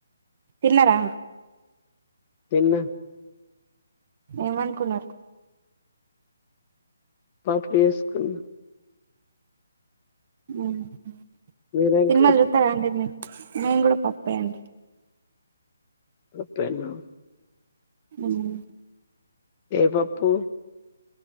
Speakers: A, on the right; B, on the left.
A: తిన్నరా
B: తిన్న
A: ఏం వండుకున్నారు
B: పప్పు ఏసుకున్నా
A: ఉమ్ హు
B: మీరేం
A: సినిమాలు
B: కర్రీ
A: జుత్తరా అండి మేము గగడా పప్పే అండి
B: అప్పెండ్ డౌన్
A: ఉమ్
B: ఏ పప్పు